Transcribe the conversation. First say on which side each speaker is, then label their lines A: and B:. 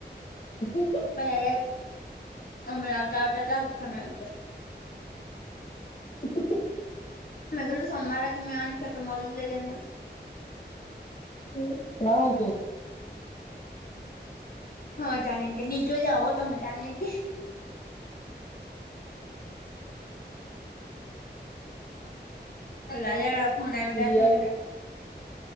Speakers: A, on the left (about 40°); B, on the left (about 55°).
A: હ.
B: <unintelligible> હમણાં આવતા આવતા તારો જ ફોન આવી ગીયો.
A: હ.
B: મેં કીધું સોમવારે તો મેં આવવાની જ છે તું મળી લેજે ને.
A: હમ્મ મેં હું કહુ.
B: હા જાણે કે નીચે જ આવો તમે જાણે એમ કે. <unintelligible>
A: લિયા